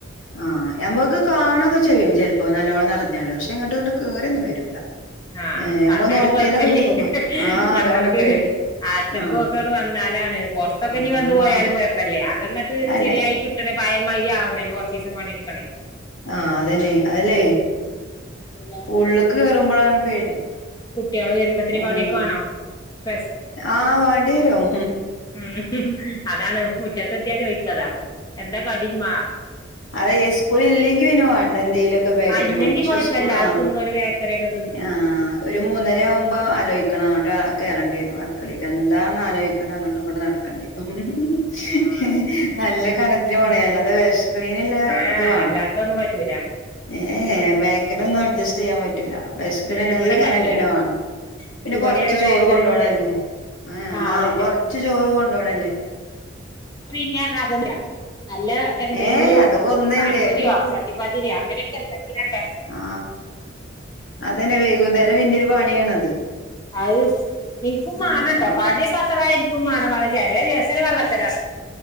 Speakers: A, on the left; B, on the left.
A: ആ യമ്മക്ക് കാണൊക്കെ ചെയ്യും ചെലപ്പോ നല്ലോണ്ണം നിറഞ്ഞാല് പക്ഷെ ഇങ്ങോട്ട് ഇങ്ങോട്ട് കേറിയൊന്നും വരൂല
B: ആ
A: ഏഹ് ഞമ്മള്
B: കണ്ടാലും
A: നോക്കിയാലൊക്കെ
B: കൊയപ്പല്ലേ
A: ചെലപ്പൊക്കെ ആഹ്
B: ഞമ്മക്ക്
A: അതാണ് പേടി
B: ആത്തേക്കു
A: ആഹ്
B: ഒക്കെയങ്ങാട്ട് വന്ന ലാണ് പുറത്തൊക്കെ
A: ആഹ്
B: ഇഞ് വന്നു പോയാലും കൊഴപ്പല്ല്യാ അതങ്ങട്ട്
A: അല്ലെ
B: ശരിയായി കിട്ടണേ ഭയംമായിരി ആവണേനു കുറച്ചീസം കൊണ്ടിക്കണേ
A: ആ അതന്നെ അതല്ലെ
B: എന്താ
A: ഉള്ളിക്ക് കേറുമ്പോളാണ് പേടി
B: കുട്ടികള് വരുമ്പോത്തേന്
A: ഏഹ്
B: കടിയൊക്കെ വേണോ പെസ്
A: ആഹ് വാണ്ടിയരും
B: ഉം അതാണ് മുറ്റത്തെത്തിയാ ചോദിച്ചതാ എന്താ കടിമ്മ
A: അതേ ഈ സ്കൂളില്ലെങ്കി പിന്ന വേണ്ട എന്തേലൊക്കെ ബേക്കറി
B: ആഹ് ഇല്ലെങ്കി
A: മതി പക്ഷെ
B: കൊഴപ്പല്ല
A: സ്കൂൾ ആ
B: അത് തിന്നോല് ബേക്കറിയൊക്കെ തിന്നും
A: ആ ഒരു മൂന്നര ആകുമ്പം ആലോയിക്കണം അങ്ങോട്ട് കേറേണ്ടന്ന് വരും ആടുക്കളേക്ക് എന്താണന്ന് ആലോചിക്കേണ്ട അങ്ങോട്ട് ഇങ്ങോട്ട് നടക്കണ്ടി <unintelligible>
B: ആഹ് അതന്നെ
A: നല്ല കനത്തിന് വേണം
B: പിന്നെ
A: അല്ലാതെ വഷ്കണീനല്ല
B: ആഹ്
A: ഇത് വേണം
B: അല്ലാത്തൊന്നും പറ്റൂല
A: ഏ വേക്കനൊന്നും അഡ്ജസ്റ്റ് ചെയ്യാൻ പറ്റൂല ബസ്കന്
B: ഏഹ്
A: നല്ല
B: ഇവടിം
A: കനൽ
B: പറ്റൂല
A: തന്നെ വേണം പിന്നെ
B: ഇവടിം
A: കൊറച്ച്
B: അങ്ങനെ
A: ചോറ്
B: ബേക്കറിയൊന്നും
A: കൊണ്ടുപോണല്ലേ
B: പറ്റില്ല
A: ആ
B: ആഹ്
A: ആ
B: അതന്നെ
A: കൊറച്ചു ചോറ് കൊണ്ട് പോണല്ലേ
B: പ്രിങ്ങാന്ന് അതല്ല നല്ല എന്തെങ്കിലും
A: ഏയ് അതൊക്കെ ഒന്നല്ലേ
B: പഴംപൊരിയോ ചട്ടിപത്തിരിയോ അങ്ങനെയൊക്കെ എന്തെങ്കിലു ഓക്കെ
A: ആ അതന്നെ വൈകുനേരം പിന്നെരു പണിയണത്
B: ആ യെസ് എനിക്കും മനെട്ടോ
A: ആഹ്
B: കടിയ കസറായ ഇനിക്കും മാന പറ ചെറിയ ദിവസര് കള്ളത്തരണ്